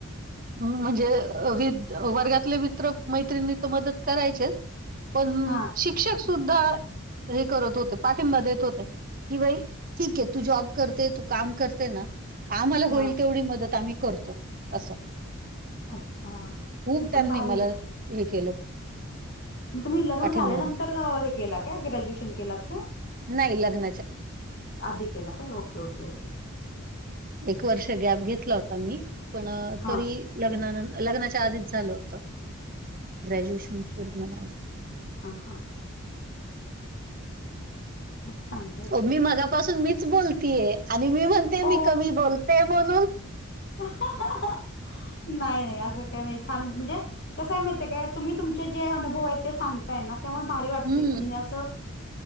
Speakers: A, on the right; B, on the left.
A: हम्म म्हणजे वि वर्गातले मित्र मैत्रिणी तर मदत करायचेच पण
B: हा
A: शिक्षक सुद्धा हे करत होते पाठिंबा देत होते. की बाई ठीक आहे तू जॉब करते तू काम करते ना तर आम्हाला
B: हा
A: होईल तेवढी मदत आम्ही करतो असं
B: अच्छा.
A: खूप
B: नाही
A: त्यांनी
B: पण भारी
A: मला
B: आहे आपलं
A: हे केलं
B: मग तुम्ही लग्न
A: पाठिंबा
B: झाल्यानंतर
A: दिला.
B: हे केल काय ग्रॅज्युएशन केलत काय?
A: नाही लग्न
B: आधी केल काय ओके ओके ओके.
A: एक वर्ष गॅप घेतली आता मी पण
B: हा
A: तरी लग्नानंत लग्नाच्या आधीच झालं होत ग्रॅज्युएशन पूर्ण माझं
B: हा हा. मग चांगल
A: मी मागापासून मीच बोलतीये आणि मी म्हणते
B: हो
A: मी कमी बोलते म्हणून.
B: <unintelligible> नाही नाही असं काही नाही छान म्हणजे कसय माहितिय काय तुम्ही तुमचे जे अनुभव आहेत ते सांग ताय ना त्यामुळे भारी वाटतय
A: हम्म.
B: आणि अस